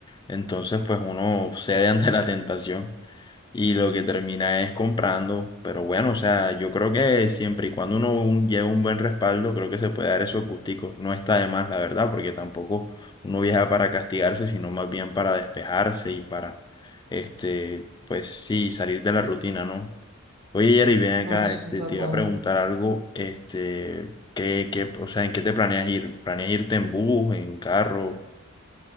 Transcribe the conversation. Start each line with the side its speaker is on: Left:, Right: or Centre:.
Left: Entonces, pues uno cede ante la tentación. Y lo que termina es comprando, pero bueno, o sea, yo creo que siempre y cuando uno un- lleva un buen respaldo, creo que se puede dar esos gusticos. No está de más, la verdad, porque tampoco uno viaja para castigarse, sino más bien para despejarse y para, este, pues sí, salir de la rutina, ¿no? Oye, Jerry, ven acá,
Right: No, sí,
Left: este,
Right: total.
Left: te iba a preguntar algo, este, ¿qué, qué, o sea, ¿en qué te planeas ir? ¿Planeas irte en bus, en carro?